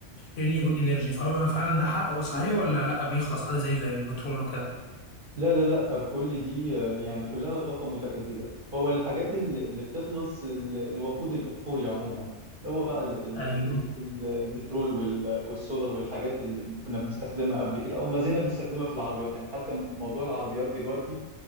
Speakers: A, on the left; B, on the right.
A: رينيوبل انرجي فهو فعلا ده حق صحيح ولا لا بيخلص عادي زيه زي البترول وكده
B: لا لا لا كل دي آه، يعني كلها طاقة متجددة هو الحاجات اللي اللي بتخلص ال- الوقود الأحفوري عموما اللي هو بقى ال ال
A: ايوه
B: ال ال ال- البترول وال- والسولار والحاجات اللي بن- كنا بنستخدمها قبل كده أو ما زلنا بنستخدمها في العربيات يعني حتى م- موضوع العربيات دلوقتي